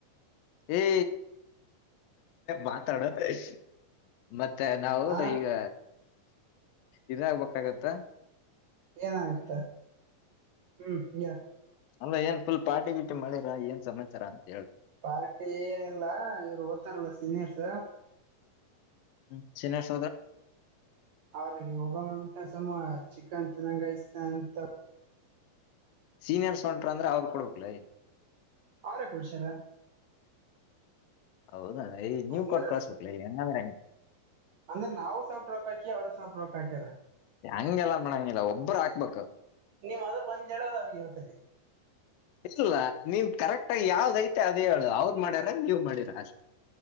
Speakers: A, on the left (about 85°); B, on the right (about 75°).
A: ಏ ಮಾತಾಡೋ ಮತ್ತ ಮತ್ತೆ ನಾವು
B: ಹಾ
A: ಈಗ ಇದಾಗಬೇಕಾಗತ್ತಾ
B: ಏನಾಗತ್ತ ಹ್ಮ್ ಹೇಳ
A: ಅಲ್ಲ ಏನ್ ಫುಲ್ ಪಾಟಿ ಗಿಟಿ ಮಾಡಿರಾ ಏನ್ ಸಮಾಚಾರ ಅ
B: ಪಾರ್ಟಿ ಏನಲ್ಲಾ ಇವ್ರು ಓ್ತಾರಲ್ಲ ಸೀನಿಯರ್ಸ್
A: <unintelligible>
B: ಅವ್ರಿಗೆ ಹೋಗ ಚಿಕನ್ ತಿನ್ನ ಗಾಯಸ್ ಅಂತ
A: ಸೀನಿಯರ್ಸ್ ಹೊಂಟ್ರ ಅಂದ್ರ ಅವ್ರರು ಕೊಡ್ಬೇಕಕ್ಲೈ
B: ಅವ್ರೆ ಕೊಡ್ಸಾರ
A: ಹೌದ ನೀವ್
B: ಅಂದ್ರ
A: ಕೊಟ್ಟು ಕಳ್ಸ್ಬೇಕಲೆ ಹೆಂಗದ್ರೆ
B: ಅಂದ್ರೆ ನಾವು ಸ್ವಲ್ಪ ರೊಕ್ಕ ಹಾಕಿ ಅವ್ರು ಸ್ವಲ್ಪ ರೊಕ್ಕ ಹಕ್ಯಾರ
A: ಹೆಂಗೆಲ್ಲ ಮಾಡಗಿಲ್ಲ ಒಬ್ಬರು ಹಾಕ್ಬೇಕು
B: ನಿಮ್ ಅದ್ರ ಒಂದ್ಡದ ಅವ್ರ ಇವತ್ತನ <unintelligible>
A: ಇಲ್ಲ ನಿಮ ಕರೆಕ್ಟ್ ಆಗಿ ಯಾವ್ದಐತಿ ಅದ ಹೇಳು ಅವ್ರ ಮಾಡ್ಯಾರ ನೀವ್ ಮಾಡಿರ ಅಷ್ಟು